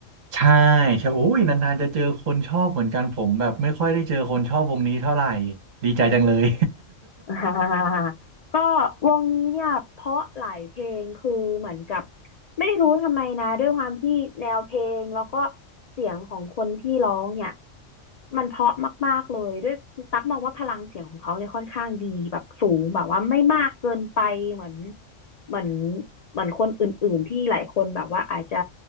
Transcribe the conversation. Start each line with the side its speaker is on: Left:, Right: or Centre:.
Right: ใช่ใช่โอ้ยนานๆจะเจอคนชอบเหมือนกันผมแบบไม่ค่อยได้เจอคนชอบวงนี้เท่าไหร่ดีใจจังเลย
Left: <laughs> ฮ่าก็วงนี้เนี่ยเพราะหลายเพลงคือเหมือนกับไม่รู้ทำไมนะด้วยความที่แนวเพลงแล้วก็เสียงของคนที่ร้องเนี่ยมันเพราะมากๆเลยด้วยตั๊กมองว่าพลังเสียงของเขาเนี่ยค่อนข้างดีแบบสูงแบบว่าไม่มากเกินไปเหมือนเหมือนเหมือนคนอื่นๆที่หลายคนแบบว่าอาจจะ